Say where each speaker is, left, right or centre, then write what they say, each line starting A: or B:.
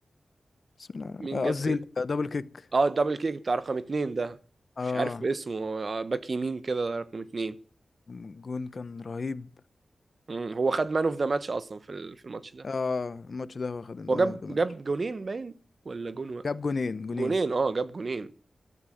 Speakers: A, on the left; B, on the right.
A: بسم الله الرحمن-
B: مين
A: الرحيم.
B: جاب
A: آه، قصدي دبل كيك
B: اه الدبل كيك بتاع رقم اتنين ده
A: اه
B: مش عارف اسمه آه، باك يمين كده رقم اتنين
A: الجون كان رهيب
B: مم. هو خد مان اوف ذا ماتش اصلا في ال- في الماتش ده
A: اه الماتش ده واخد المان
B: هو جاب
A: اوف ذا ماتش
B: جاب جونين باين ولا جون و...
A: جاب جونين جونين
B: جونين اه جاب جونين